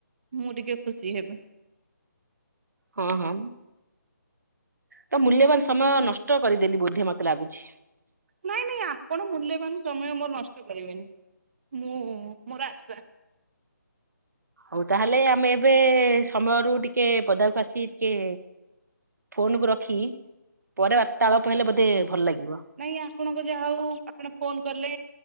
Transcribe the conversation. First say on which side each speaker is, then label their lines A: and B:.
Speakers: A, on the right; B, on the right.
A: ମୁଁ ଟିକେ ଖୁସି ହେବି।
B: ହଁ ହଁ। ତ ମୂଲ୍ୟବାନ ସମୟ ନଷ୍ଟ କରିଦେଲି ବୋଧେ ମତେ ଲାଗୁଛି।
A: ନାଇଁ ନାଇଁ ଆପଣ ମୂଲ୍ୟବାନ ସମୟ ମୋର ନଷ୍ଟ କରିବେନି ମୁଁ ମୋର ଆଶା
B: ହଉ ତାହେଲେ ଆମେ ଏବେ ସମୟରୁ ଟିକେ ପଦାକୁ ଆସି ଟିକେ ଫୋନ କୁ ରଖିକି ପରେ ବର୍ତ୍ତାଳପ ହେଲେ ବୋଧେ ଭଲ ଲାଗିବ।
A: ନାଇଁ ଆପଣଙ୍କ ଯାହା ହଉ ଆପଣ ଫୋନ କଲେ